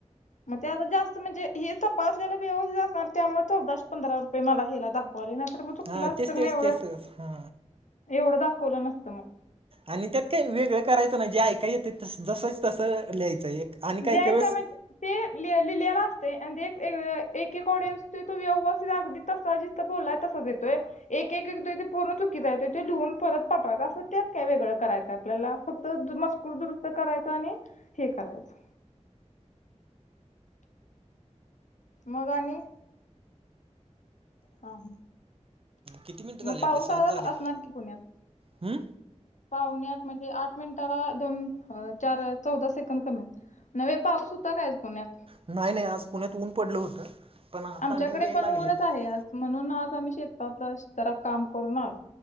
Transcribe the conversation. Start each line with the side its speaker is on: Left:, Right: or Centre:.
Left: म ते आता जास्त अस म्हणजे हे तपासलेला व्यवस्थित असणार त्यामुळ चौदाशे पंधरा रुपये मला हेला दाखवाले नायतर मग चुकलं
Right: हा
Left: असतं
Right: तेच
Left: तर मग
Right: तेच
Left: एवढं
Right: तेसच हा
Left: एवढं दाखवलं नसतं म
Right: आणि त्यात काय वेगळं करायचं नाय जे ऐकाय येतंय जसच तसं लिहाचंय एक आणि काही
Left: ल्याहाचय
Right: काही वेळेस
Left: म्हणजे ते लि लिहिलेला असतय आणि जे एक एक एक ऑडिओ असतोय तो व्यवस्थीत अगदी तसा जी त बोलाय तसाच येत तोय एक एक एक येतोय पूर्ण चुकीचा येतोय तो लिहून परत पाठवायचा असं त्यात काय वेगळं करायचाय. आपल्याला फक्त मजकूर दुरुस्त करायच आणि हे करायचं मग आणि हा हा
Right: किती मिनिटं झाले
Left: म
Right: आपले
Left: पाऊस
Right: सात
Left: आज
Right: झाले.
Left: असणार की पुण्यात
Right: हम्म
Left: पावणे आठ म्हणजे आठ मिनिटाला दोन अ चार चौदा सेक कंद कमी येत न्हवे पाऊस होता काय आज पुण्यात
Right: नाही नाही आज पुण्यात ऊन पडलं होतं. पण आता
Left: आमच्याकडे
Right: ढग याय
Left: पण
Right: लागलेत
Left: ऊनच आहे आज म्हणून आज आम्ही शेतातल जरा काम करून आल